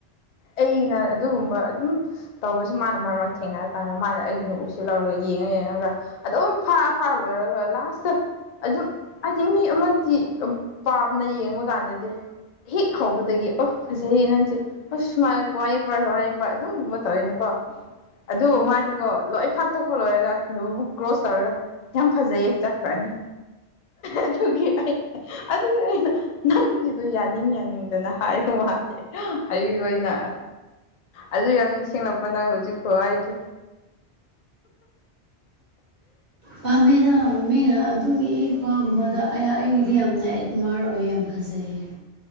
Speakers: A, on the left; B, on the right.
A: ꯑꯩꯅ ꯑꯗꯨꯒꯨꯝꯕ ꯑꯗꯨꯝ ꯇꯧꯕꯁꯤ ꯃꯥꯅ ꯃꯔꯛ ꯃꯔꯛ ꯊꯦꯡꯅꯔꯀꯥꯟꯗ ꯃꯥꯅ ꯑꯩꯒꯤ ꯕꯨꯛꯁꯤ ꯂꯧꯔꯒ ꯌꯦꯡꯉ ꯌꯦꯡꯉꯒ ꯑꯗꯝ ꯐꯥꯔ ꯐꯥ ꯂꯣꯏꯔꯒ ꯂꯥꯁꯇ ꯑꯗꯨꯝ ꯍꯥꯏꯗꯤ ꯃꯤ ꯑꯃꯗꯤ ꯄꯥꯝꯅ ꯌꯦꯡꯕ ꯀꯥꯟꯗꯗꯤ ꯍꯤꯦꯛ ꯍꯧꯕꯗꯒꯤ ꯑꯣ ꯐꯖꯩꯌꯦ ꯅꯪꯁꯦ ꯍ ꯁꯨꯃ ꯋꯥꯛꯄ꯭ꯔꯄ꯭ꯔ ꯑꯗꯨꯝꯨꯝꯕ ꯇꯧꯋꯅꯀꯣ ꯑꯗꯨꯕꯨ ꯃꯥꯗꯤꯀꯣ ꯂꯣꯏ ꯐꯥꯛꯇꯣꯛꯄ ꯂꯣꯏꯔꯒ ꯑꯗꯨꯕꯨꯕꯨ ꯀ꯭ꯂ꯭ꯔꯣꯁ ꯇꯧꯔꯒ ꯌꯥꯝ ꯐꯖꯩꯌꯦ ꯆꯠꯈ꯭ꯔꯅꯤ ꯑꯗꯨꯒꯤ ꯑꯗꯨꯒꯤ ꯑꯩꯅ ꯅꯪꯒꯤꯗꯣ ꯌꯥꯅꯤꯡ ꯌꯥꯅꯤꯡꯗꯅ ꯍꯥꯏꯕ ꯃꯥꯜꯂꯦ ꯍꯥꯏꯕꯤꯕꯩꯅ ꯑꯗꯨ ꯌꯥꯝ ꯅꯤꯡꯁꯤꯡꯂꯛꯄ ꯅꯪ ꯍꯧꯖꯤꯛꯐꯥꯎ ꯍꯥꯏꯗꯣ
B: ꯄꯥꯝꯃꯦꯗ ꯃꯤꯅ ꯑꯗꯨꯝ ꯏꯄꯒꯨꯝꯕꯗ ꯑꯩꯒꯤꯗꯤ ꯌꯥꯝꯅ ꯃꯥꯔ ꯑꯣꯏꯌꯦ ꯌꯥꯝ ꯐꯖꯩꯌꯦ